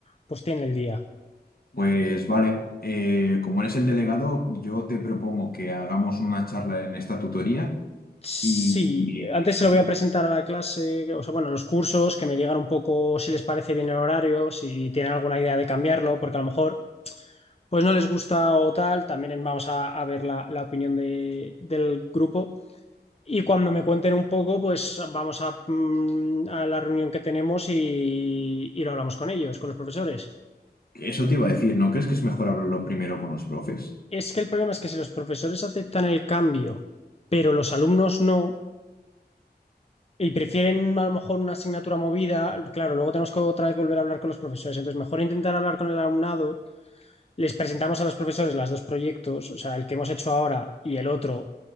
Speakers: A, on the left; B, on the left.
A: pues tiene el día.
B: Pues vale, eh, como eres el delegado, yo te propongo que hagamos una charla en esta tutoría
A: Sí,
B: y
A: antes
B: eso,
A: se
B: es-
A: lo voy a presentar a la clase, o sea, bueno, a los cursos, que me digan un poco si les parece bien el horario, si tienen alguna idea de cambiarlo, porque a lo mejor pues no les gusta o tal, también vamos a, a ver la, la opinión de- del grupo. Y cuando me cuenten un poco, pues vamos a, mm, a la reunión que tenemos y, y lo hablamos con ellos, con los profesores.
B: eso te iba a decir, ¿no crees que es mejor hablarlo primero con los profes?
A: Es que el problema es que si los profesores aceptan el cambio, pero los alumnos no, Y prefieren a lo mejor una asignatura movida, claro, luego tenemos que otra vez volver a hablar con los profesores, entonces mejor intentar hablar con el alumnado, les presentamos a los profesores las dos proyectos, o sea, el que hemos hecho ahora y el otro